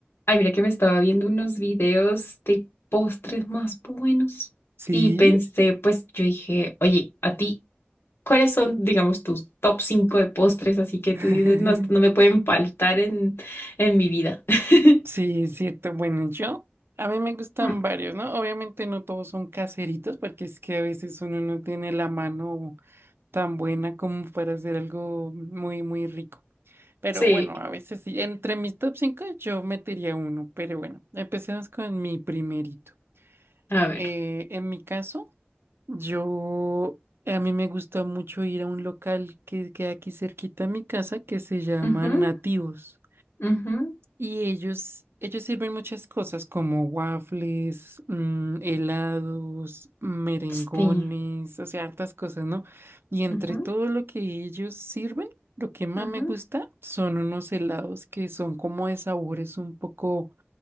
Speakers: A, on the left; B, on the right.
A: Ay, mira que me estaba viendo unos videos de postres más buenos
B: Sí,
A: y pensé, pues yo dije, oye, a ti, ¿cuáles son, digamos, tus top 5 de postres? Así que
B: <laughs>
A: tú dices, no, esto no me pueden faltar en, en mi vida. <laughs>
B: sí, es cierto. Bueno, yo, a mí me gustan
A: Mm,
B: varios, ¿no? Obviamente no todos son caseritos, porque es que a veces uno no tiene la mano tan buena como para hacer algo muy, muy rico. Pero
A: Sí,
B: bueno, a veces sí. Entre mis top 5 yo metería uno, pero bueno, empecemos con mi primerito.
A: a ver.
B: Eh, en mi caso, yo, a mí me gusta mucho ir a un local que queda aquí cerquita a mi casa que se llama
A: Ujú,
B: Nativos.
A: ujú,
B: Y ellos, ellos sirven muchas cosas como waffles, mm, helados, merengones,
A: Sí.
B: o sea, hartas cosas, ¿no? Y entre
A: Ujú,
B: todo lo que ellos sirven, lo que más
A: ujú,
B: me gusta son unos helados que son como de sabores un poco